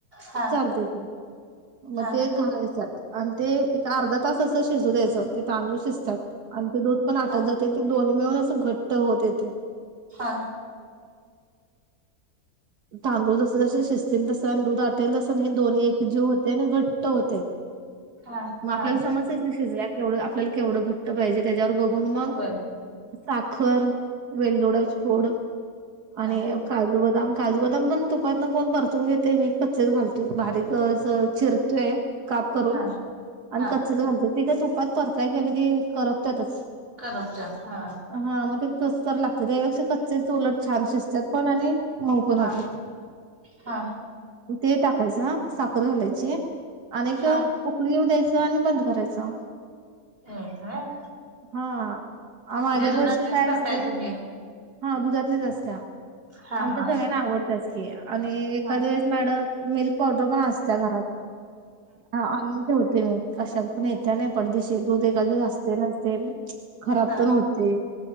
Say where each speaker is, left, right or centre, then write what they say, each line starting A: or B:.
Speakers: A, on the right; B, on the right.
A: हा
B: चालतय ते मग
A: हा
B: ते घालायच्यात. आणि ते एका अर्धा तास असं शिजू द्यायचं. ते तांदूळ शिजतात आणि ते दूध पण आटत
A: हा
B: जात. त्यां ते दोनी मिळून असं घट्ट होत येते.
A: हा.
B: तांदूळ जस जस शिजतील तस आणि दूध आटेल तसं हे दोन्ही एक जीव होते आणि घट्ट होते.
A: हा
B: मग आपल्याला
A: हा
B: समजतयचं की शिजल्या केवढं आपल्याला केवढं घट तर पाहिजे. त्याच्यावर बघून मग
A: होय
B: साखर, वेलदोडाच फोड
A: हा
B: आणि काजू, बदाम काजू, बदाम पण तुपातन कोण परतून घेते मी कच्चेत घालतोय बारीक अस चिरतोय काप करून
A: हा
B: आणि
A: हा
B: कच्चच घालते त का तुपात परताय गेलं की करप त्यातच
A: करपत्यात हा.
B: हा मग ते कसतर लागत्यात त्यापेक्षा कच्चेच उलट छान शिजतात पण आणि मऊ पण होत्यात.
A: हा हा
B: ते टाकायच साखर घालायचे. आणि एक
A: हा
B: उकळी येऊ द्यायचं आणि बंद करायचं.
A: एक वेळ
B: हा माझ्या
A: म्हणजे
B: वर्षी
A: दुधातलीच
B: काय
A: करताय
B: असते
A: तुम्ही
B: हा दुधातलेच असत्या.
A: हा
B: आमच्या
A: हा
B: सगळ्यांना आवडत्याच की आणि एखाद
A: हा
B: वेळेस मॅड मिल्क पावडर पण असत्या घरात हा आणून ठेवते मी कशात पण येत होत्या नाही पडदिशी दूध एखाद असते नसते खराब
A: हा
B: पण होतय